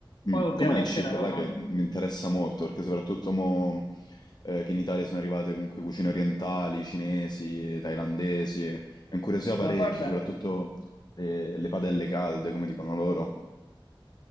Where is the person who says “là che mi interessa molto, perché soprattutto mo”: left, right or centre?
Left